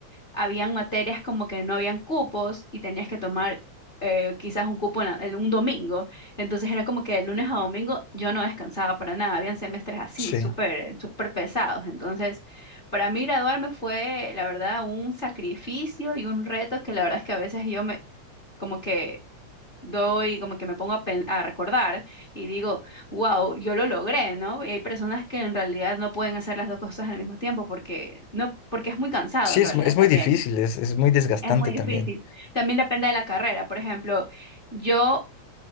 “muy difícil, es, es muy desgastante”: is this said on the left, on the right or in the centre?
Left